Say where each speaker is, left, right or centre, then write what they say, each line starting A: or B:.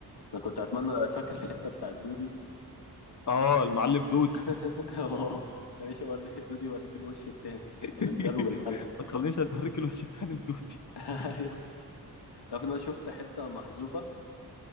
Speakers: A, on the left (about 80°); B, on the left (about 45°).
A: انا كنت اتمنى فاكر الحته بتاعت دودي
B: اه المعلم دود
A: <laughs> اه خليش اوريك دودي يوريك الوش التاني
B: <laughs>
A: انا اداله بالقلم
B: ما تخلينيش اوريك الوش التاني لدود
A: <laughs> ايوه عارف ان انا شفت حته محذوفه